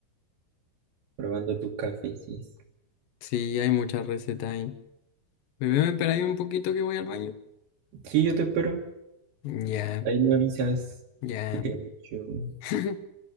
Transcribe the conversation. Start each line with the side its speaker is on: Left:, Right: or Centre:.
Right: Probando tus cafés.
Left: Sí, hay muchas recetas ahí. Bebé, me espera ahí un poquito que voy al baño.
Right: Sí, yo te espero.
Left: Ya,
Right: Ahí me avisas.
Left: ya.
Right: Te quiero mucho.
Left: <laughs>